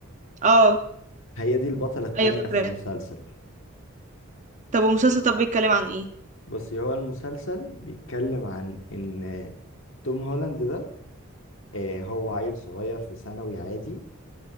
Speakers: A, on the right; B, on the left.
A: اه
B: هي دي البطله الثانيه
A: ايوه فاكراه
B: في المسلسل
A: طب والمسلسل طب بيتكلم عن ايه
B: بص هو المسلسل بيتكلم عن ان توم هولاند ده آه، هو عيل صغير في ثانوي عادي